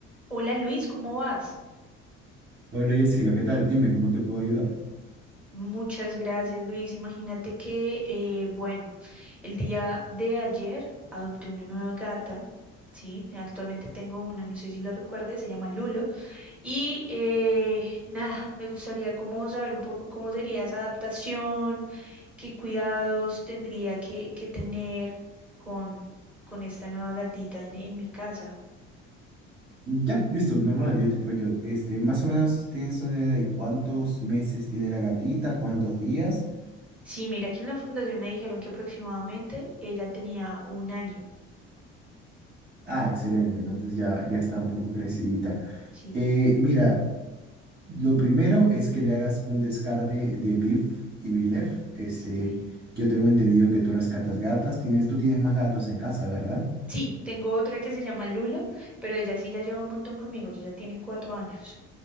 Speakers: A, in the centre; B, on the right.
A: Hola Luis, ¿cómo vas?
B: Hola Jessica, ¿qué tal? Dime, ¿cómo te puedo ayudar?
A: Muchas gracias Luis. Imagínate que, eh, bueno, el día de ayer adopté una nueva gata, ¿sí? Actualmente tengo una, no sé si lo recuerdes, se llama Lulo. Y eh, nada, me gustaría como saber un poco cómo sería esa adaptación, qué cuidados tendría que, que tener con, con esta nueva gatita en, en mi casa.
B: Ya, listo, normal, yo te puedo ayudar. Este, más o menos tienes una idea de cuántos meses tiene la gatita, cuántos días.
A: Sí, mira que en la fundación me dijeron que aproximadamente ella tenía un año,
B: Ah, excelente, entonces ya, ya está un poco crecidita.
A: sí.
B: Eh, mira, lo primero es que le hagas un descarte de Beef y Bilef. Este,
A: Sí.
B: yo tengo entendido que tú rescatas gatas, tienes, tú tienes más gatos en casa, ¿verdad?
A: Sí, tengo otra que se llama Lulo, pero ella sí ya lleva un montón conmigo, ella ya tiene cuatro años.